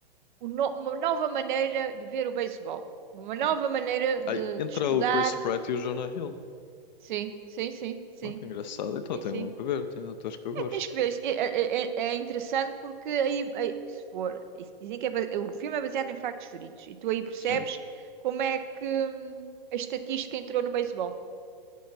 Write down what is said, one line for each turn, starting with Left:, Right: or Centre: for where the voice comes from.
Right: o no- uma nova maneira de ver o beisebol, uma nova
Left: Hum.
Right: maneira de
Left: Ai, entra
Right: de estudar
Left: o Chris Pratt e o Jonah Hill.
Right: Sim, sim, sim, sim,
Left: Oh, que engraçado. Então
Right: sim,
Left: tenho
Right: sim.
Left: mesmo que ver. Tem atores que eu gosto.
Right: É, tens que ver, isso. é, é, é é interessante porque aí, aí, se for, isso dizem que é, base- o filme é baseado em factos verídicos e tu aí percebes
Left: Sim.
Right: como é que hum, a estatística entrou no beisebol.